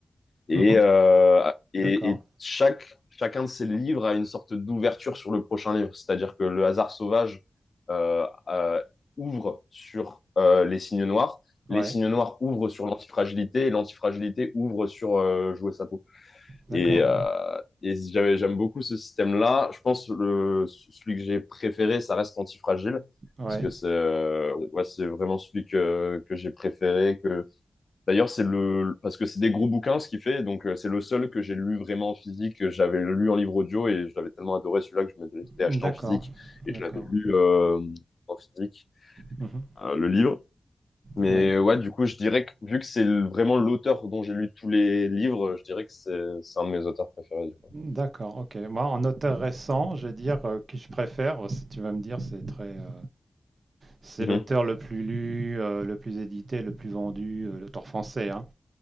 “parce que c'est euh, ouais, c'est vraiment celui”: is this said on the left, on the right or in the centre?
Left